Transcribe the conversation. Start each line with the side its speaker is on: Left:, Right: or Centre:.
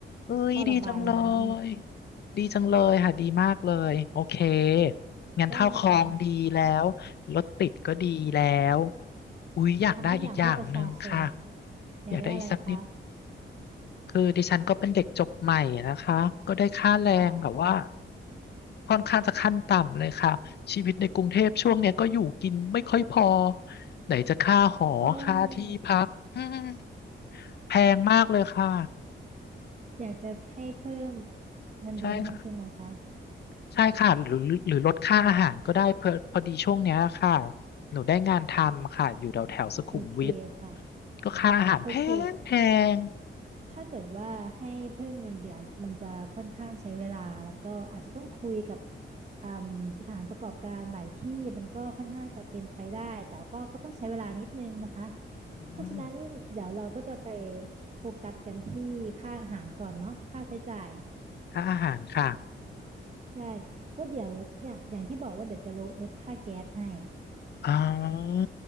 Left: เอ้ยดีจังเล
Right: ท่อระบายน้ำเนี่ย
Left: ยดีจังเลยค่ะดีมากเลยโอเคงั้นเท่าคลองดีแล้ว
Right: แน่นอน
Left: รถติดก็ดีแล้วอุ๊ยอยากได้อีกอย่างหนึ่งค่ะ
Right: ทำทุกอย่างเพื่อประชาชนอยากได้อะไรคะ
Left: อยากได้อีกสักนิด คือดิฉันก็เป็นเด็กจบใหม่นะคะก็ได้ค่าแรงแบบว่า
Right: ค่ะ
Left: ค่อนข้างจะขั้นต่ำเลยค่ะชีวิตในกรุงเทพช่วงเนี้ยก็อยู่กินไม่ค่อยพอไหนจะค่าหอค่าที่พักอืม
Right: เออ
Left: แพงมากเลยค่ะ
Right: อยากจะให้เพิ่มเงินเดือนให้ใช่ไหมคะ
Left: ใช่ค่ะใช่ค่ะหรือหรือลดค่าอาหารก็ได้เพอพอดีช่วงเนี้ยค่ะหนูได้งานทำค่ะอยู่แถวแถวสุขุมวิท
Right: โอเคค่ะ
Left: ก็ค่าอาหารแพงแพ
Right: โอเค
Left: ง
Right: ถ้าเกิดว่าให้เพิ่มเงินเดือนเนี่ยมันจะค่อนข้างใช้เวลาแล้วก็อาจจะต้องคุยกับอืมสถานประกอบการหลายที่มันก็ค่อนข้างจะเป็นไปได้แต่ก็ก็ต้องใช้เวลานิดนึงนะคะ
Left: อืม
Right: เพราะฉะนั้นเดี๋ยวเราก็จะไปโฟกัสกันที่ค่าอาหารก่อนเนาะค่าใช้จ่าย
Left: ค่าอาหารค่ะ
Right: ใช่ ก็เดี๋ยวเนี่ยอย่างที่บอกว่าเดี๋ยวจะลดลดค่าแก๊สให้
Left: อ๋อ